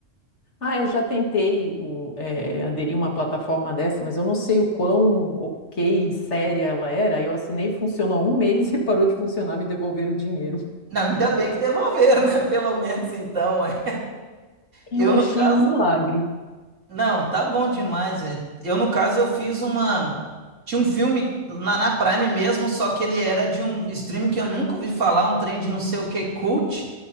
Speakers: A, on the left; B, on the right.
A: Ah, eu já tentei o, eh, aderir a uma plataforma dessa, mas eu não sei o quão ok e séria ela era. Aí Eu assinei, funcionou um mês <laughs> e parou de funcionar, me devolveram o dinheiro.
B: Não, ainda bem que devolveram, né? <laughs> Pelo menos então. ué.
A: Eu
B: Eu
A: achei
B: no caso,
A: um milagre.
B: não, tá bom demais. velho. Eu no caso eu fiz uma tinha um filme na, na Prime mesmo, só que ele era de um streaming que eu nunca ouvi falar, um trem de não sei o que cult,